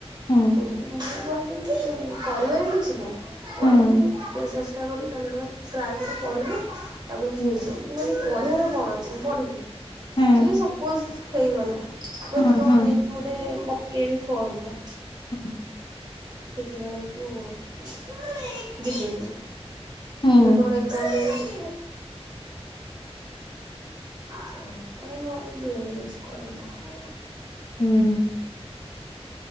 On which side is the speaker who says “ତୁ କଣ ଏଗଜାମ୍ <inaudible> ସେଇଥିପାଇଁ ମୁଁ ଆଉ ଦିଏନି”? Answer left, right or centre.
Right